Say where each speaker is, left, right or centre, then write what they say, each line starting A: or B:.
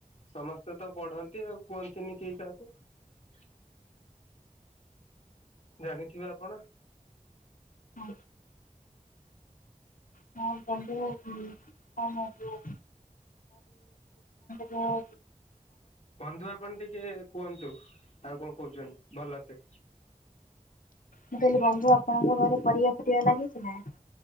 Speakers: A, on the left (about 50°); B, on the left (about 75°).
A: ସମସ୍ତେ ତ ପଢନ୍ତି ଆଉ କୁହନ୍ତିନି କେହି କାହାକୁ। ଜାଣିଥିବେ ଆପଣ।
B: ହଁ ହଁ ବନ୍ଧୁ କଣ ଯୋଉ ଯୋଉ
A: ବନ୍ଧୁ ଆପଣ ଟିକେ କୁହନ୍ତୁ ଆଉ କଣ କହୁଚନ୍ତି ଭଲସେ
B: ମୁଁ କହିଲି ବନ୍ଧୁ ଆପଣଙ୍କ ଘରେ ପରିବା ଫରିବା ଲାଗିଛି ନା।